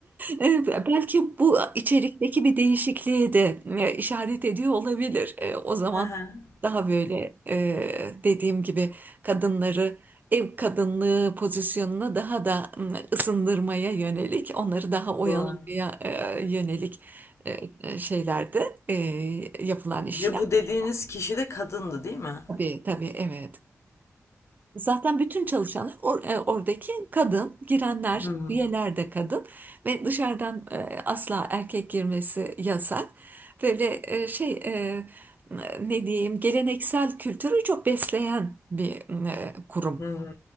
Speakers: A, on the right; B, on the left.
A: E, Belki bu içerikteki bir değişikliğe de e, işaret ediyor olabilir. E, O zaman
B: Hı hı.
A: daha böyle e, dediğim gibi kadınları ev kadınlığı pozisyonuna daha da m, ısındırmaya yönelik, onları daha oyalamaya
B: Doğru.
A: e, yönelik e, e, şeylerde e, yapılan işler.
B: Ve bu dediğiniz kişi de kadındı değil mi?
A: Tabii tabii evet. Zaten bütün çalışanlar or- e, oradaki kadın, girenler,
B: Hı hı.
A: üyeler de kadın ve dışarıdan e, asla erkek girmesi yasak. Böyle e, şey e, ne diyeyim geleneksel kültürü çok besleyen bir e, kurum.
B: Hı hı.